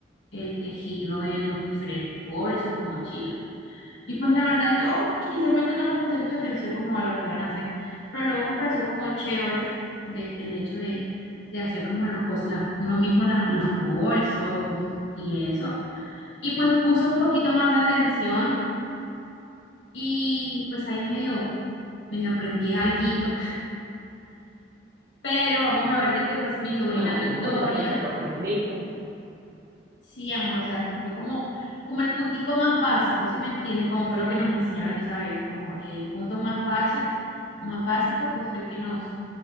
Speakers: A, on the left (about 85°); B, on the right (about 50°).
A: el tejido de los diferentes bolsos o mochilas. Y pues la verdad yo inicialmente no les presté mucha atención como a lo que iban a hacer, pero luego me pareció como chévere de, el hecho de, de hacer como los cos- las- uno mismo las, los bolsos y, y eso. Y pues puse un poquito más de atención y pues ahí medio, medio aprendí alguito. Pero vamos a ver de que pues mi sobrina
B: Nada,
A: Victoria
B: lo importante fue que aprendiste.
A: Sí, amor, o sea, como- fue como, como el puntico más básico, ¿sí me entiendes? Como fue lo que nos enseñaron esa vez, como el punto más base, más básico, pues fue el que nos,